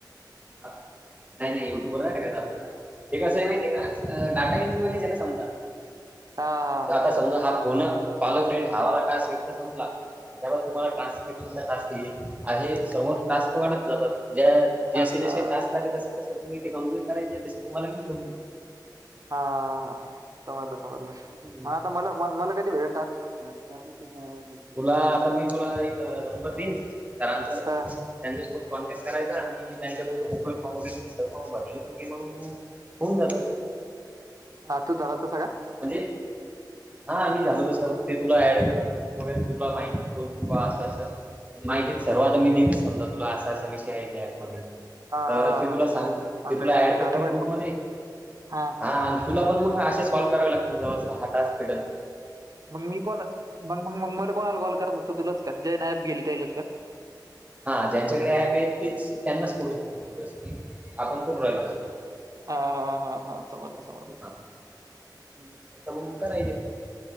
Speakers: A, on the right; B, on the right.
A: हा, नाही नाही युट्यूबवर नाही टाकायच आपल्याला, हे कसं आहे माहिती आहे का? अ डाटा एंट्री वाले जेला समजा
B: हा
A: आता
B: हा.
A: समजा, हा फोन अ कॉल फ्रेंड हा वाला टास्क एकदा संपला त्याच्यावर तुम्हाला टास जे तुमचा टास्क येईल, आहे समोर टास्क वाढत जातात. ज जसे
B: हा हा.
A: टास्क का तस तस तुम्ही ते कंम्प्लिट करायचे तुम्हाला मग
B: हा हा, समजलं समजलं,
A: येईल
B: मग आता मला म मला कधी भेटनार? <unintelligible> त्या त्याचा आवाज ऐक.
A: तुला आता मी तुला एक नंबर देईन सरांचा त्या
B: हां.
A: त्यांच्यासोबत कॉन्टॅक्ट करायचा आणि त्यांच्याकडून तो गुगल फॉर्म वगैरे ते सगळ भरलं तू की मंग् होऊन जात.
B: हा तूझ झाला तस काय?
A: म्हणजे हा मी झालो तस ते तुला ॲड करतील वगैरे तुला माहिती देतो, आस आस माहिती सर्व
B: हां,
A: मी दिलीच. समजा तुला असा असा विषय आहे ऍप मधी तर
B: हां,
A: ते
B: हां, हां.
A: तुला सांगतील,
B: चांगलं
A: ते तुला
B: आहे, चांगलं
A: ऍड
B: आहे.
A: करतील
B: झालं पाहिजे
A: ग्रुप
B: तो.
A: मध्ये
B: हां.
A: हा तुला पण मग असेच कॉल करावे लागतील, जेव्हा तुला हा टास्क भेटेल.
B: मग मी कॉल मग मग मग मला कोणाला कॉल करत होतो, तुलाच का ज्याला ॲप गेतल त्यालाच का?
A: हा ज्यांच्याकडे
B: हं.
A: ॲप आहे तेच, त्यांनाच करू शकतो, ही जसं की आपण करून राहिलो असं.
B: हा हा हा हा. समजल, समजल
A: हा
B: हं.
A: तसं मग करायचेत.